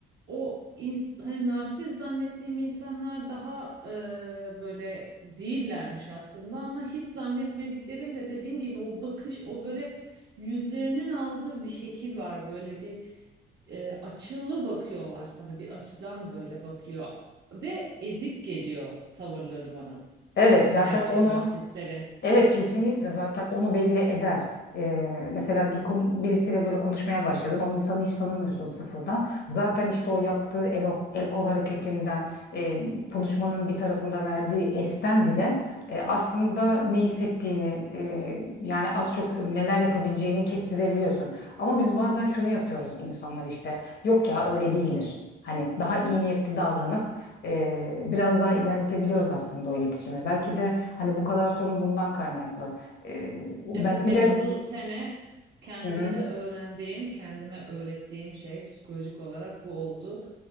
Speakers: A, on the right; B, on the left.
A: o ins- hani narsist zannettiğim insanlar daha e, böyle değillermiş aslında ama hiç zannetmediklerim de dediğin gibi o bakış o böyle yüzlerinin aldığı bir şekil var böyle bir e, açılı bakıyorlar sana bir açıdan böyle bakıyor ve ezik geliyor tavırları bana
B: Evet zaten
A: gerçek
B: onu
A: narsistlerin.
B: Evet kesinlikle zaten onu belli eder. Ee, mesela bir kon- birisiyle böyle konuşmaya başladın. O insanı hiç tanımıyorsun sıfırdan. Zaten işte o yaptığı el, el kol hareketinden e, konuşmanın bir tarafında verdiği esten bile e, aslında ne hissettiğini e, yani az çok neler yapabileceğini kestirebiliyorsun. Ama biz bazen şunu yapıyoruz insanlar işte yok ya öyle değildir. Hani daha iyi niyetli davranıp e, biraz daha ilerletebiliyoruz aslında o iletişimi. Belki de hani bu kadar sorun bundan kaynaklı. E, belki
A: Evet benim
B: de
A: bu sene kendimde
B: Hı hı,
A: öğrendiğim, kendime öğrettiğim şey psikolojik olarak bu oldu.